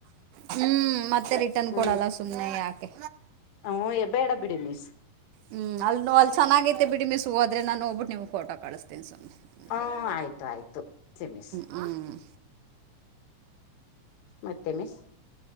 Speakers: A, on the right (about 80°); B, on the left (about 85°).
A: ಹ್ಮ್ ಮತ್ತೆ ಮತ್ತೆ ರಿಟರ್ನ್
B: ಹ್ಮ್
A: ಕೊಡಲ್ಲ ಸುಮ್ನೆ ಯಾಕೆ
B: ಹ್ಮ್ ಬೇಡ ಬಿಡಿ ಮಿಸ್
A: ಹ್ಮ್ ಅ ಅಲ್ಲಿ ಚೆನ್ನಾಗೈತೆ ಬಿಡಿ ಮಿಸ್ ಹೋದ್ರೆ ನು ಹೋಗಬಟ್ಟುಮ ಫೋಟೋ ಕಳಿಸತೀನ ಸುಮನೆ
B: ಹ ಆಯ್ತು ಆಯ್ತು ಸಿ ಮಿಸ್
A: ಮನ್ಮ
B: ಮತ್ತೆ ಮಿಸ್